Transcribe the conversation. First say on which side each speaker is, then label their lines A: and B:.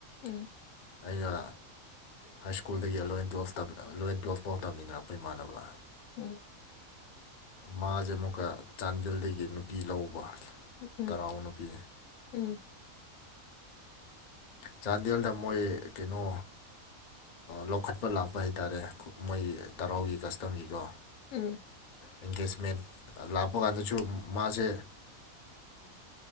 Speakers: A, on the left (about 75°); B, on the left (about 50°).
A: ꯎꯝ
B: ꯑꯩꯒ ꯍꯥꯏ ꯁ꯭ꯀꯨꯜꯗꯒꯤ ꯑꯦꯂꯕꯦꯟ ꯇꯨꯋꯜꯞ ꯑꯦꯂꯚꯦꯟ ꯇꯨꯌꯦꯜꯐ ꯐꯥꯎ ꯇꯝꯃꯤꯟꯅꯔꯛꯄ ꯏꯃꯥꯟꯅꯕ
A: ꯎꯝ
B: ꯃꯥꯁꯦ ꯑꯃꯨꯛꯀ ꯆꯥꯟꯗꯦꯜꯗꯒꯤ ꯅꯨꯄꯤ ꯂꯧꯕ
A: ꯎꯝ
B: ꯇꯔꯥꯎ ꯅꯨꯄꯤ
A: ꯎꯝ
B: ꯆꯥꯟꯗꯦꯜꯗ ꯃꯣꯏ ꯀꯩꯅꯣ ꯂꯧꯈꯠꯄ ꯂꯥꯛꯄ ꯍꯥꯏꯇꯥꯔꯦ ꯃꯣꯏ ꯇꯔꯥꯎꯒꯤ ꯀꯁꯇꯕꯤꯀꯣ
A: ꯎꯝ
B: ꯑꯦꯡꯒꯦꯖꯃꯦꯟ ꯂꯥꯛꯄ ꯀꯥꯟꯗꯁꯨ ꯃꯥꯁꯦ
A: ꯎꯝ